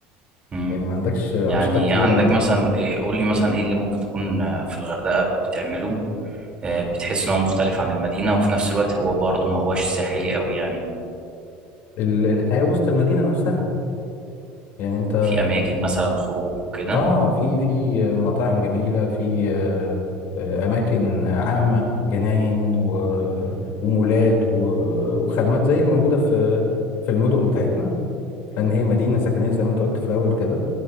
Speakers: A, on the right; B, on the left.
A: مم.
B: يعني ما عندكش أنشطة
A: يعني
B: كتيرة
A: عندك مثلا إيه، قول لي مثلا ايه اللي ممكن تكون آه، في الغردقه بتعمله آه، بتحس ان هو مختلف عن المدينه وفي نفس الوقت هو برضه ما هواش ساحلي قوي يعني
B: ال- الحياة وسط المدينة نفسها يعني انت
A: في اماكن مثلا خروج وكده
B: اه في في مطاعم جميلة في آه، آه، أماكن عامة جناين و... ومولات و... وخدمات زي اللي موجودة في في المدن بتاعتنا لأن هي مدينة سكنية زي ما انت قلت في الأول كده